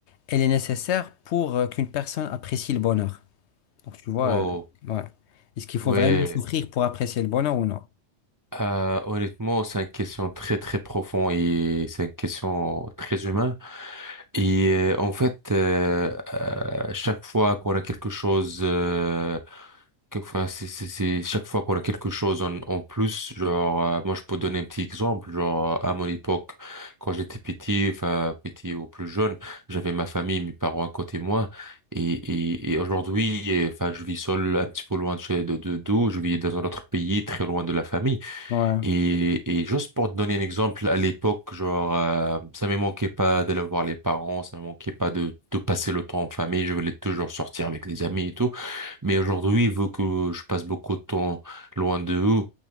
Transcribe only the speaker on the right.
Oh,
ouais.
Euh, honnêtement, c'est une question très, très profonde et c'est une question très humaine. Et euh, en fait, euh, euh, chaque fois qu'on a quelque chose, euh, que- enfin, c'est, c'est, c'est- chaque fois qu'on a quelque chose en, en plus, genre, euh, moi je peux donner un petit exemple, genre à mon époque, quand j'étais petit, enfin petit ou plus jeune, j'avais ma famille, mes parents à côté de moi, et, et, et aujourd'hui, et, enfin, je vis seul, un petit peu loin de chez de, de d'où, je vis dans un autre pays, très loin de la famille.
Et, et juste pour te donner un exemple, à l'époque, genre, euh, ça me manquait pas d'aller voir les parents, ça me manquait pas de, de passer le temps en famille, je voulais toujours sortir avec les amis et tout. Mais aujourd'hui, vu que je passe beaucoup de temps loin de eux,